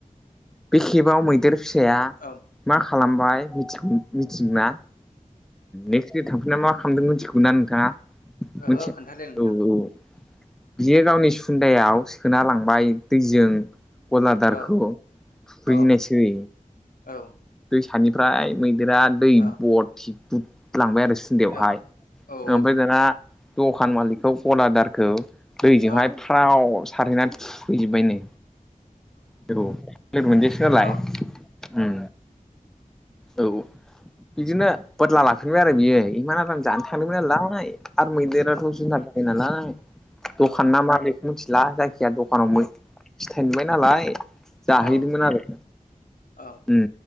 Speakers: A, in the centre; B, on the left (about 85°).
A: बे खेबाव मैदेर फिसाया
B: औ
A: मा खालामबाय मिथिगौना? नेक्स्ट दे थांफिनना मा खालामदों मिथिगौ ना नोंथाङा?
B: ओहो
A: मोनथिया
B: खोन्थादों नोंथां
A: औ औ बियो गावनि सुन्दायाव सोना लांबाय दैजों गलादारखौ।
B: औ
A: थुखैहैनायसै
B: औ औ
A: दैसानिफ्राय मैदेरा दै
B: औ
A: बरथि बुं लांबाय आरो सुन्दायावहाय
B: औ ओ
A: ओमफ्राय दाना दखान मालिकखौ गलादारखौ दैजोंहाय
B: औ
A: फ्राव सारहैनानै थुखैजोबबायनो औ। बुनदिसो नालाय
B: औ उम
A: उम औ बिदिनो बदला लाफिनबाय आरो बियो इमान आराम जानो थांदोंमोन नालाय आरो मैदेराथ' जुनार जायो नालाय दखान ना मा बे मिथिला जायखिया दखानाव फिथायाइ नुबाय नालाय जाहैदोंमोन
B: औ
A: आरो।
B: औ
A: उम